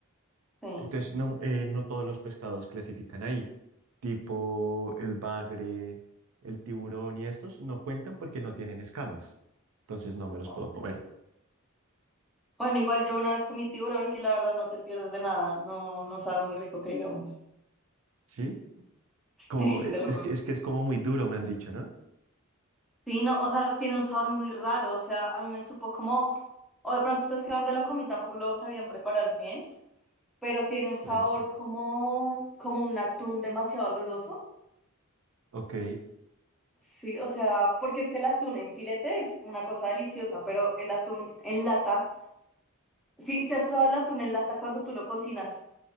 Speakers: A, in the centre; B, on the right (about 75°).
A: sí,
B: Entonces, no, eh, no todos los pescados clasifican ahí, tipo el bagre, el tiburón y estos no cuentan porque no tienen escamas. Entonces, no me los
A: ok.
B: puedo comer,
A: Bueno, igual yo una vez comí tiburón y la verdad no te pierdes de nada, no, no sabe muy rico que digamos,
B: ¿sí?
A: <laughs>
B: Como,
A: sí,
B: eh,
A: te lo
B: es
A: juro.
B: que, es que es como muy duro, me han dicho, ¿no?
A: Sí, no, o sea, tiene un sabor muy raro, o sea, a mí me supo como, o de pronto es que donde lo comí tampoco lo sabían preparar bien, pero tiene un sabor
B: Puede ser.
A: como, como un atún demasiado oloroso,
B: Ok.
A: sí, o sea, porque es que el atún en filete es una cosa deliciosa, pero el atún en lata, sí, si has probado el atún en lata cuando tú lo cocinas